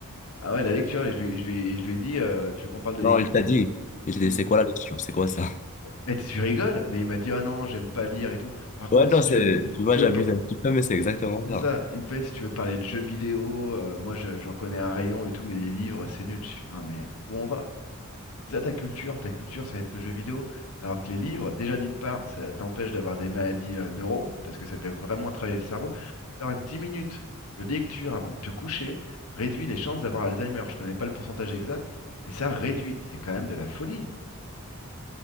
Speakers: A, on the left; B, on the left.
A: Ah ouais, la lecture. Et je lui, et je lui- et je lui ai dit euh, Tu veux qu'on parle de
B: Non,
A: lecture?
B: il t'a dit. Il t'a dit,
A: Il-
B: c'est quoi la lecture? C'est quoi ça?
A: Mais tu rigoles? Mais il m'a dit Ah non, j'aime pas lire et tout. Par contre,
B: Ouais, non,
A: si
B: c'est,
A: tu veux.
B: tu
A: Si
B: vois,
A: tu
B: j'abuse
A: veux pas...
B: un petit peu, mais c'est exactement
A: C'est
B: ça.
A: ça. Il me fait, si tu veux parler de jeux vidéo, euh, moi je- j'en connais un rayon et tout, mais les livres, c'est nul. Je fais, non, mais où on va? C'est ça ta culture, ta culture, ça va être le jeu vidéo. Alors que les livres, déjà d'une part, ça t'empêche d'avoir des maladies euh, neuro, parce que ça fait vraiment travailler le cerveau. Faut savoir que 10 minutes de lecture avant de te coucher réduit les chances d'avoir Alzheimer. Je connais pas le pourcentage exact, mais ça réduit. C'est quand même de la folie.